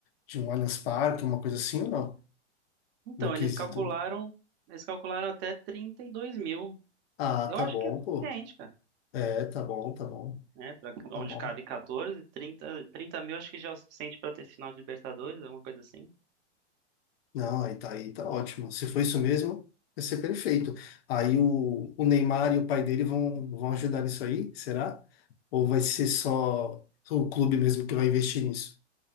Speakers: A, on the left; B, on the right.
A: de um Allianz Parque, uma coisa assim ou não?
B: Então,
A: No quesito.
B: eles calcularam, eles calcularam até trinta e dois mil.
A: Ah,
B: Eu
A: tá
B: acho
A: bom,
B: que é suficiente,
A: pô.
B: cara.
A: É, tá bom, tá bom,
B: Né? Pra
A: tá
B: onde
A: bom.
B: cabe 14, trinta trinta mil acho que já é o suficiente para ter final de Libertadores, alguma coisa assim.
A: Não, aí tá, aí tá ótimo. Se for isso mesmo, vai ser perfeito. Aí o, o Neymar e o pai dele vão, vão ajudar nisso aí, será? Ou vai ser só o clube mesmo que vai investir nisso?